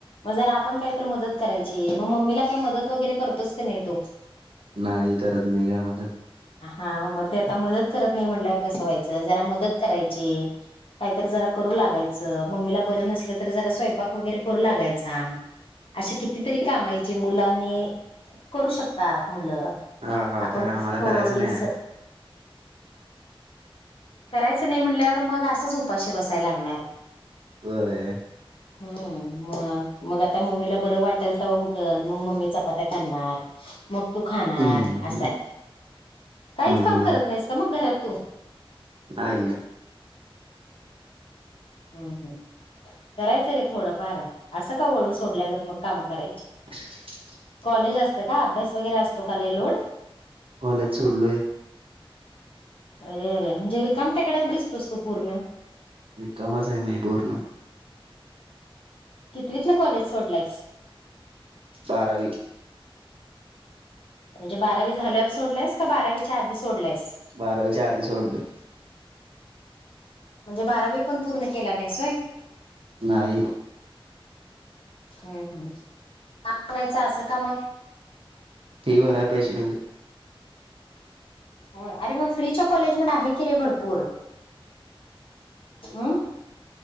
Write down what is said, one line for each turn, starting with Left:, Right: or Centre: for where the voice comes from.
Left: मग जरा आपण कायतर मदत करायची मग मम्मीला काय मदत वगैरे करतोस की नाही तु
Right: नाही करत मी काय म्हणत
Left: हा मग ते आता मदत करत नाही म्हटल्यावर कसं व्हायचं जरा मदत करायची. काहीतर जरा करू लागायचं मम्मीला बरं नसलं तर जरा स्वयंपाक वगैरे करू लागायचा. अशी कितीतरी काम आहेत जी मुलांनी करू शकतात मुलं,
Right: हा हा
Left: आपण
Right: खर आम्हाला
Left: थोडीस
Right: करायचं नाही.
Left: करायचं नाही म्हटल्यावर मग असंच उपाशी बसायला लागणार.
Right: व्हय
Left: हम् म मग आता मम्मीला बरं वाटेल तेव्हा उटल मग मम्मी चपात्या करणार
Right: <inaudible>
Left: मग तू खाणार
Right: हम्म
Left: असंय काहीच
Right: हम्म
Left: काम
Right: हम्म
Left: करत नाहीस का मग घरात तू,
Right: नाही
Left: हम् हम् करायचं रे थोडंफार असं का वळू सोडल्यागत मग काम करायची.
Right: <inaudible>
Left: कॉलेज असतं का अभ्यास वगैरे असतो का लई लोड.
Right: कॉलेज सोडलोय.
Left: अरे अरे म्हणजे रिकाम टेकडाच दिसतोस तो पूर्ण
Right: रिकामाच आहे मी पुर्ण
Left: कितवीतनं कॉलेज सोडलायस
Right: बारावी
Left: म्हणजे बारावी झाल्यावर सोडलायस का बारावीच्या आधी सोडलायस
Right: बारावीच्या आधी सोडलोय
Left: म्हणजे बारावी पण पूर्ण केला नाहीस व्हय
Right: नाही
Left: हम् हम् चांगलायचं असं का मग
Right: फी भराय पैशे नव्हते
Left: होय अरे मग फ्रीच्या कॉलेज मध्ये आहे की रे भरपूर हम्